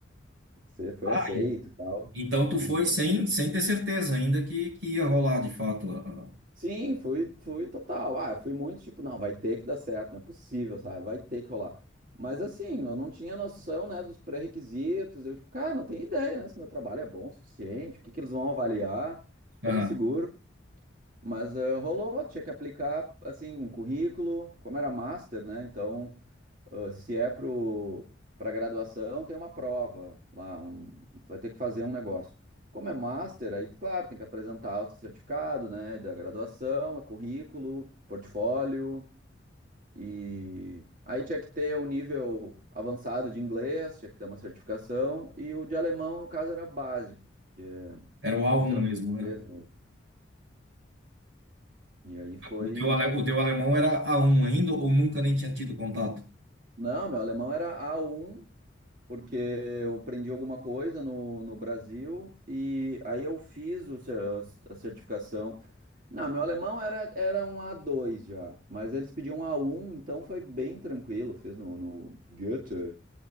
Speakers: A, on the right; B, on the right.
A: você foi
B: Ah,
A: aceito e tal.
B: Então tu
A: Aí
B: foi
A: foi.
B: sem, sem ter certeza ainda que, que ia rolar de fato. a- a-
A: Sim, fui, fui total. Ah, eu fui muito tipo, não, vai ter que dar certo, não é possível, sabe, vai ter que rolar. Mas assim, eu não tinha noção, né, dos pré-requisitos, eu tipo, cara, não tenho ideia, né, se meu trabalho é bom o suficiente, o que que eles vão avaliar, super
B: Aham.
A: inseguro. Mas ah, rolou, tinha que aplicar assim um currículo, como era master, né? Então, ah, se é pro para graduação, tem uma prova lá, um, tu vai ter que fazer um negócio. Como é master, aí claro, tem que apresentar o certificado, né, da graduação, é currículo, portfólio e aí tinha que ter um nível avançado de inglês, tinha que ter uma certificação e o de alemão, no caso, era básico, porque
B: Era o A1
A: o curso era
B: mesmo,
A: mais
B: né?
A: inglês mesmo. E aí foi
B: O teu, ale- o teu alemão era A1 ainda ou nunca nem tinha tido contato?
A: Não, meu alemão era a um porque eu aprendi alguma coisa no, no Brasil e aí eu fiz o cer- a certificação. Não, meu alemão era, era um a dois já, mas eles pediam a um, então foi bem tranquilo. Fiz no, no Goethe